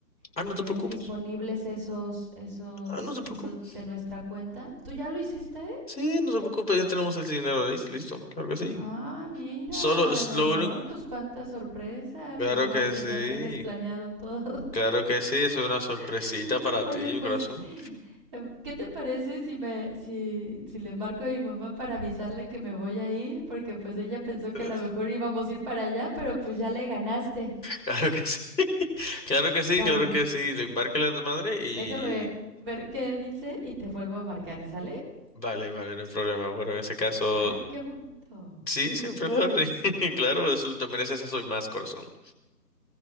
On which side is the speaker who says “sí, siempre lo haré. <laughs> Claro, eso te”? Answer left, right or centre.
Left